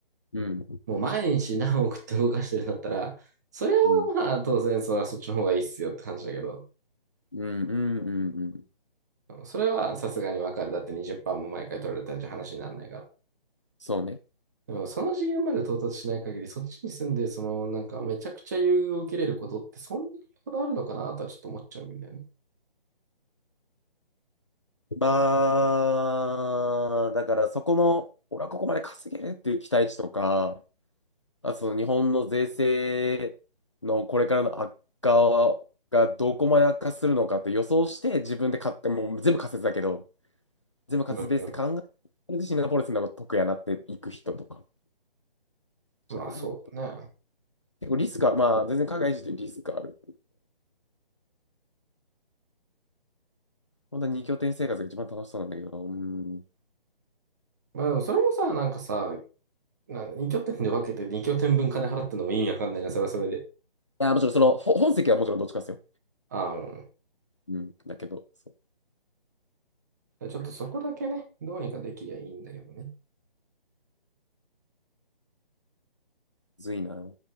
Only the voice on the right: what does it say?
もう毎日何億って動かしてるんだったら、それはまあ当然そ、
そっちの方がいいっすよって感じだけど、
それはさすがにわかる。だって20%も毎回取られたんじゃ話にならないから。
でもその次元まで到達しない限り、そっちに住んで、その、なんか、めちゃくちゃ優遇を受けれることって、そんなにこだわるのかなとはちょっと思っちゃうんだよね。
うんう
ん。まあ、そうだね。
まあ、でもそれもさ、なんかさ、なんに拠点で分けて二拠点分金払ってんのも意味わかんないな、それはそれで。
ああ、うん。
ちょっとそこだけね、どうにかできりゃいいんだけどね。